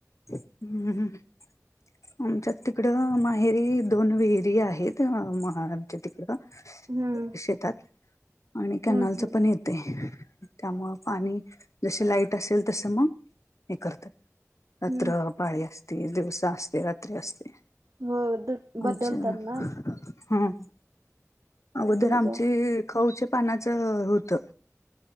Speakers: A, on the left; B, on the right.
A: ह, हम्म. आमच्यात तिकडं, माहेरी. दोन विहिरी आहेत. अ म तिकडं,
B: हम्म
A: शेतात. आणि कॅनालच
B: हम्म हम्म
A: पण ये तेय. त्यामूळं पाणी, जसी लाईट असेल, तस मग, हे करतेत. रात्र
B: हम्म
A: पाळी असते दिवसा असते रात्री असते.
B: हो दु बदलतात
A: अच्छा. <inaudible>
B: ना
A: हम्म अगोदर
B: त्याच्या
A: आमचे खाऊचे पानाचं होतं.